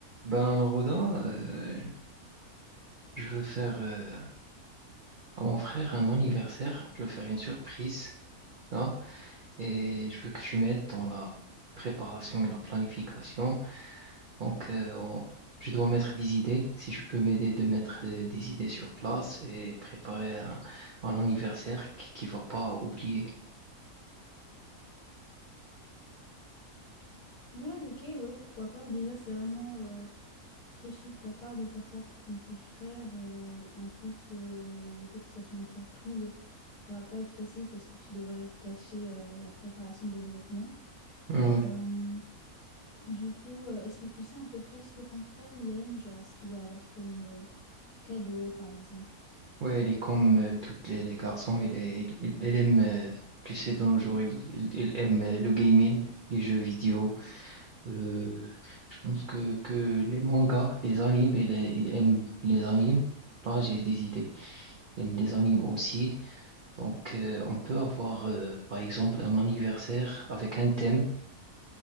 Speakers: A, on the right (about 65°); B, on the left (about 80°).
A: Ben, Roda, euh, je veux faire euh, à mon frère un anniversaire. Je veux faire une surprise, là, et je veux que tu m'aides dans la préparation et la planification. Donc, euh, on- je dois mettre des idées. Si tu peux m'aider de mettre euh, des idées sur place et préparer un, un anniversaire qui, qui va pas oublier.
B: Ouais, ok, ouais, pourquoi pas. Déjà, c'est vraiment euh, très chou de ta part de faire ça pour ton petit frère. euh, et en plus, euh, le fait que ça soit une surprise, ça va pas être facile parce que tu devrais cacher euh, la préparation de l'événement.
A: Ouais,
B: Euh, du coup, euh, est-ce que tu sais à peu près ce que ton frère il aime, genre ce qu'il veut avoir comme euh, cadeau, par exemple?
A: ouais, elle est comme euh, toutes les, les garçons. Elle, est- elle, elle aime, euh, tu sais, dans nos jours, il, il- il aime euh, le gaming, les jeux vidéo. Euh, je pense que, que les mangas, les animes, il, il aime les animes. Là, j'ai des idées. Il aime les animes aussi. Donc, euh, on peut avoir, euh, par exemple, un anniversaire avec un thème